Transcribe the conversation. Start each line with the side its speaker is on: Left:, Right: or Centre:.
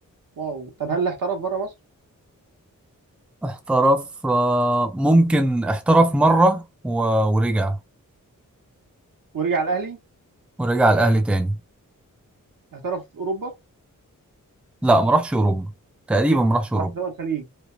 Right: واو طب هل احترف بره مصر
Centre: احترف آه ممكن احترف مرة و... ورجع
Right: ورجع الاهلي
Centre: ورجع الأهلي تاني
Right: احترف في اوروبا
Centre: لا ما راحش أوروبا تقريبا ما راحش أوروبا
Right: راح دول الخليج